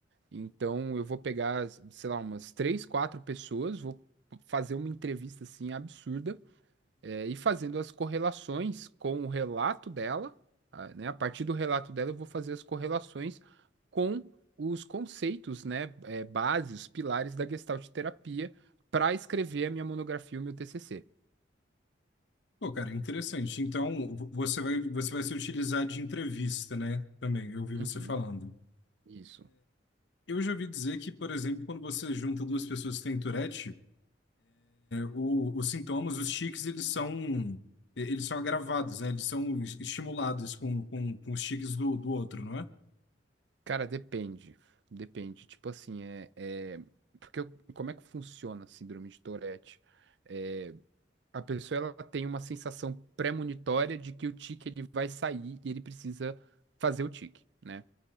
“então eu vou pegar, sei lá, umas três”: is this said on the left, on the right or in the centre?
Right